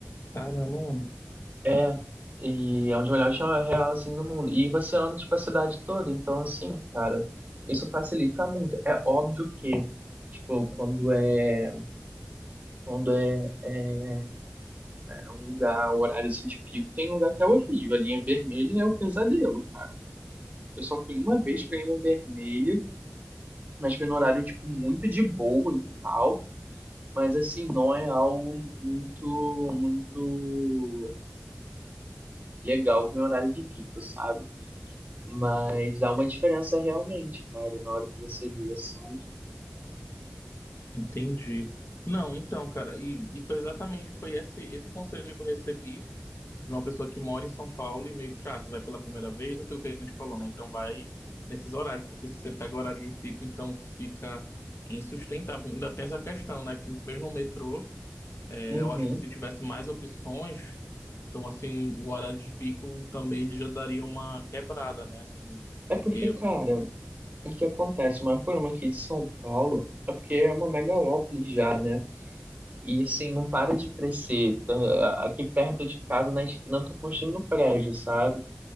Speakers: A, on the left; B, on the right.
A: Caramba, mano,
B: É, e é um dos melhores real, assim, do mundo. E você anda, tipo, a cidade toda. Então, assim, cara, isso facilita muito. É óbvio que, tipo, quando é, quando é é É um lugar, o horário assim de pico, tem um lugar que é horrível. A linha vermelha é um pesadelo, cara. Eu só fui uma vez pra linha vermelha, mas foi no horário, tipo, muito de boa e tal. Mas, assim, não é algo muito, muito legal com o horário de pico, sabe? Mas dá uma diferença realmente, cara, na hora que você vê, sabe?
A: entendi. Não, então, cara, e, e foi exatamente, foi esse, esse o conselho que eu recebi de uma pessoa que mora em São Paulo e meio chato, vai pela primeira vez, aquilo que a gente falou, né? Então vai nesses horários, porque se você pega horário de pico, então fica insustentável. Ainda tem essa questão, né? Que mesmo o metrô. É,
B: Uhum.
A: eu acho que se tivesse mais opções, então assim, o horário de pico também ele já daria uma quebrada, né? Assim,
B: É
A: porque
B: porque, cara, o que acontece? O maior problema aqui de São Paulo é porque é uma megalópole já, né? E assim, não para de crescer. Tá, Aqui perto de casa, na esquina, eu tô construindo um prédio, sabe?